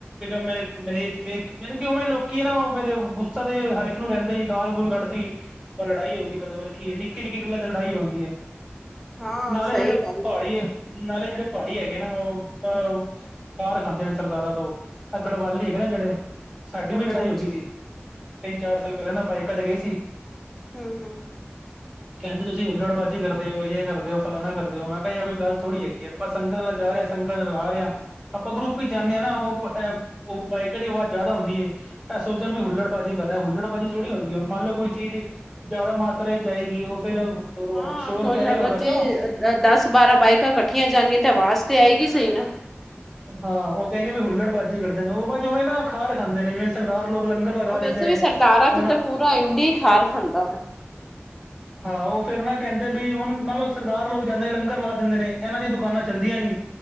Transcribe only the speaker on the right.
ਮੇ ਮੇਰੇ ਵੇਖ ਯਾਨੀ ਕਿ ਵੀ ਲੋਕੀ ਏ ਨਾ ਫਿਰ ਗੁੱਸਾ ਤੇ ਹਰ ਇੱਕ ਨੂੰ ਰਹਿੰਦਾ ਈ ਗਾਲ ਗੂਲ ਕੱਢਦੀ। ਲੜਾਈ ਹੋ ਗਈ ਬਸ ਹੋਰ ਕੀ ਏ ਨਿੱਕੀ ਨਿੱਕੀ ਗੱਲਾਂ ਤੇ ਲੜਾਈ ਹੋ ਜਾਂਦੀ ਹੈ।
ਨਾਲੇ
ਜਿਹੜੇ
ਪਹਾੜੀ ਏ ਨਾਲੇ ਜਿਹੜੇ ਪਹਾੜੀ ਹੈਗੇ ਨਾ ਉਹ ਅਹ ਖਾਰ ਖਾਂਦੇ ਨੇ ਸਰਦਾਰਾਂ ਤੋਂ। ਏ ਗੜਵਾਲੀ ਹੈਗੇ ਨਾ ਜਿਹੜੇ ਸਾਡੀ ਵੀ
ਲੜਾਈ
ਹੋ ਗਈ ਸੀ। ਤਿੰਨ ਚਾਰ ਸਾਲ ਪਹਲੇ ਨਾ ਬਾਈਕਾਂ ਤੇ ਗਏ ਸੀ।
ਕਹਿੰਦੇ ਤੁਸੀਂ ਉੱਲੜਬਾਜ਼ੀ ਕਰਦੇ ਓ ਯੇ ਕਰਦੇ ਓ ਫਲਾਨਾ ਕਰਦੇ ਓ ਮੈਂ ਕਿਹਾ ਯਾ ਕੋਈ ਗੱਲ ਥੋੜ੍ਹੀ ਹੈਗੀ ਐ। ਆਪਾਂ ਸੰਗਤ ਨਾਲ ਜਾ ਰੇਆ ਸੰਗਤ ਨਾਲ ਆ ਰੇਆ ਆਪਾਂ ਗਰੁੱਪ ਚ ਜਾਂਨੇ ਆ ਨਾ ਉਹ। ਐਹ ਓ ਬਾਈਕਰ ਦੀ ਆਵਾਜ਼ ਜ਼ਿਆਦਾ ਹੁੰਦੀ ਏ। ਐਹ ਸੋਚਦੇ ਹੋ ਵੀ ਹੁੱਲੜ ਵਾਜ਼ੀ ਕਰ ਰੇਆ ਹੁੱਲੜਾਜ਼ੀ ਥੋੜੀ ਹੁੰਦੀ ਆ ਹੁਣ ਮੰਨ ਲਓ ਕੋਈ ਚੀਜ਼। ਜ਼ਿਆਦਾ ਮਾਤਰਾ ਚ ਜਾਏਗੀ ਉਹ ਫੇਰ
ਸ਼ੋਰ
ਤੇ ਆਏਗਾ
ਉਹਦਾ
ਕਿਉਂ‌।
ਹਾਂ ਉਹ ਕਹਿ ਗੇ ਵੀ ਹੁੱਲੜ ਬਾਜੀ ਕਢਦੇ ਨੇ ਉਹ ਬਾ ਜੋਵੇਂ ਨਾ ਖਾਰ ਖਾਂਦੇ ਨੇ ਜਿਵੇਂ। ਸਰਦਾਰ ਲੋਕ ਲੰਗਰ ਲਗਾ
ਦਿੰਦੇ ਨੇ
ਹੁਣ
ਹਾਂ ਉਹ ਫੇਰ ਨਾ ਕਹਿੰਦੇ ਵੀ ਹੁਣ ਮੰਨਲੋ ਸਰਦਾਰ ਲੋਕ ਜਾਂਦੇ ਨੇ ਲੰਗਰ ਲਵਾ ਦਿੰਦੇ ਨੇ ਇਹਨਾਂ ਦੀਆਂ ਦੁਕਾਨਾਂ ਚੱਲਦੀਆਂ ਨੀ।